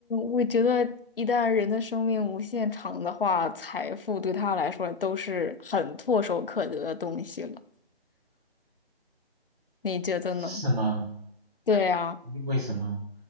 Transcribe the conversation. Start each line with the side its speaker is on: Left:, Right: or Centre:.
Left: 我觉得一旦人的生命无限长的话，财富对他来说都是很唾手可得的东西了。你觉得呢？
Right: 是吗？
Left: 对呀。
Right: 为什么？